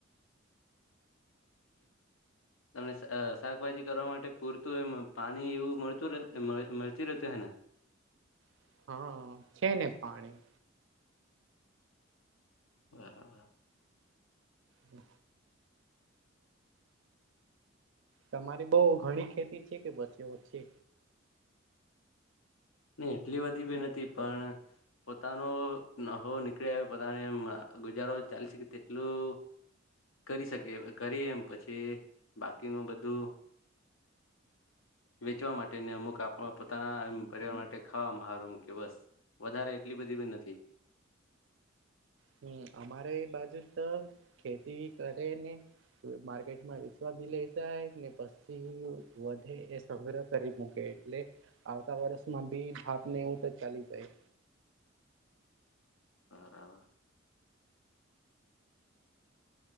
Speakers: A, on the left; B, on the right.
A: તમને શાકભાજી કરવા માટે પૂરતું એમ પાણી એવું મળતું મળતી રહેત હેને?
B: <inaudible> હા છે ને પાણી.
A: બરાબર.
B: હમ. તમારી બઉ ઘણી ખેતી છે કે બસ એવ છે.
A: ન એટલી બી ભી નથી પણ પોતાનો નહો નીકળી આવે પોતાને એમ ગુજારો ચાલી શકે તેટલું કરી શકી કરી એમ પછી બાકીનું <unintelligible> બધું વેચવા માટે અમુક આપ પોતાના. પરિવાર માટે ખાવામાં સારું મૂક્યો બસ વધારે એટલી બધી બ નથી.
B: હમ અમારે એ બાજુ તો ખેતી કરે ને માર્કેટમાં વસવા બી લઈ જાય ને પછી વધે એ સગ્રહ કરી મૂકે એટલે આવતા વર્ષમાં બી ભાપ ને એવું તો ચાલી જાય.
A: બરાબર.